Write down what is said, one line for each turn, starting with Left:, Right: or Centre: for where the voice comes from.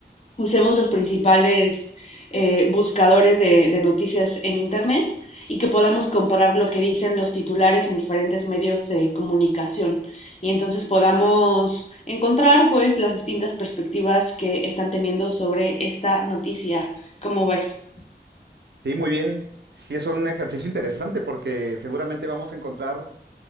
Left: usemos los principales eh, buscadores de, de noticias en Internet y que podamos comparar lo que dicen los titulares en diferentes medios de comunicación y entonces podamos encontrar pues las distintas perspectivas que están teniendo sobre esta noticia. ¿Cómo ves?
Right: Sí, muy bien. Sí, es un ejercicio interesante porque seguramente vamos a encontrar